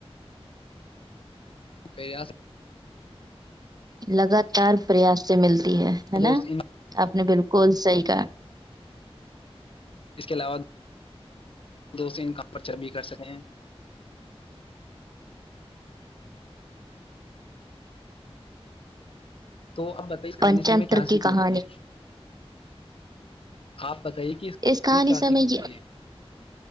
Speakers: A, on the left; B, on the right.
A: پیاض
B: لگاتار پریاس سے ملتا
A: دوست
B: نا
A: ان
B: آپ نے بالکل کول صحی کا
A: اس کے علاوہ دو ان کا پرچہ بھی کر سکتے ہیں تو آپ بتائیے کہانانی
B: پنچتر
A: سے ہمیں کیا
B: کی
A: سیکھ
B: کہانی
A: ملتی ہے آپ بتائیے کہ اس
B: کہانی
A: میں کیا
B: سے ہمیں
A: سیکھ
B: یہ
A: ملتی ہے